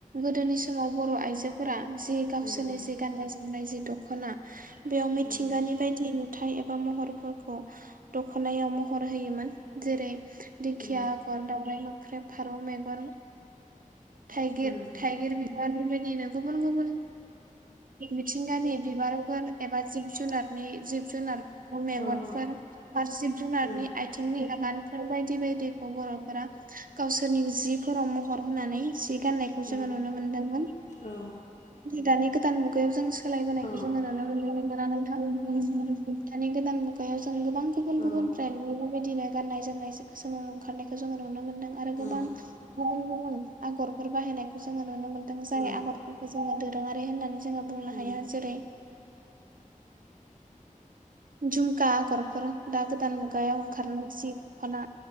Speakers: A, on the right; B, on the left.
A: गोदोनि समाव बर आइजो फोरा जि गावसोरनि
B: उम उम
A: जि गाननाय जोमनाय जि दख'ना बेयाव मिथिंगानि
B: उम
A: बायदि नुथाय महरफोरखौ दख'नायाव महर होयोमोन जेरै दिंखिया
B: उम
A: आगर दावउराय मोख्रेब फारौ मेगन थाइगिर
B: उम
A: थाइगिर
B: उम
A: बिनि बिदिनो गुबुन गुबुन मिथिंगानि बिबाराव एबा जिब जुनारनि जिब जुनार मेगनफोर
B: औ औ
A: आरो जिब जुनारनि
B: औ
A: आइथिंनि आगान बायदि बायदिखौ बर'फोरा गावसोरनि जिफोराव महर होनानै सि गाननायखौ
B: उम
A: जोङो नुनो मोनदोंमोन
B: उम औ
A: दानि गोदान मुगायाव जों सोलायबोनायखौ
B: औ
A: जोङो नुनो मोनदों दानि गोदान मुगायाव जों गोबां गुबुन
B: औ
A: गुबुन ब्रेन्डनि बेबायदिनो गाननाय जोमनाय जोङो ओंखारनायखौ जोङो नुनो मोनदों आरो गोबां
B: औ
A: गुबुन गुबुन आगरफोर बाहायनायखौ जोङो नुनो मोन जाय
B: औ उम औ
A: आगरफोरखौ जोङो आरो होननानै जोङो बुंनो
B: औ
A: हाया
B: औ
A: जेरै झुमका आगरफोर दा गोदान मुगायाव ओंखारनाय जि दख'ना